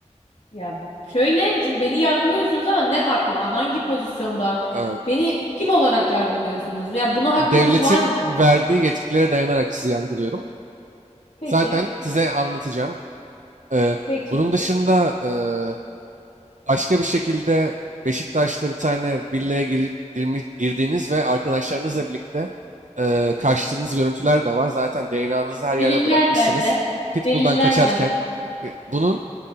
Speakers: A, on the left; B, on the right.
A: Ya şöyle şimdi beni yargılıyorsunuz ama ne hakla? Hangi pozisyonda?
B: Eee,
A: Beni kim olarak yargılıyorsunuz? Ya buna hakkınız
B: devletin
A: var mı?
B: verdiği yetkilere dayanarak sizi yargılıyorum.
A: Peki.
B: Zaten size anlatacağım. Eee,
A: Peki.
B: bunun dışında eee, başka bir şekilde Beşiktaş'ta bir tane villaya gir- girmiş- girdiğiniz ve arkadaşlarınızla birlikte eee, kaçtığınız görüntüler de var. Zaten DNA'nızı her yerde
A: Deliller
B: bırakmışsınız.
A: nerede?
B: Pitbull'dan
A: Deliller
B: kaçarken.
A: nerede?
B: E, Bunun